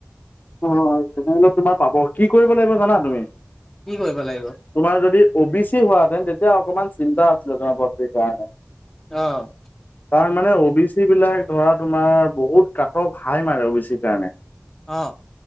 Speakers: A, on the left (about 45°); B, in the centre.
A: অ, তেনেহ'লে তোমাৰ পাব। কি কৰিব লাগিব জানা তুমি?
B: কি কৰিব লাগিব।
A: তোমাৰ যদি অ বি চি হোৱেতেন তেতিয়া অকমান চিন্তা আছিলে নাম ভৰ্তিৰ কাৰণে
B: অ',
A: তাৰ মানে অ বি চি বিলাক ধৰা তোমাৰ বহুত কাটক হাই মাৰে অ বি চি কাৰণে
B: অ,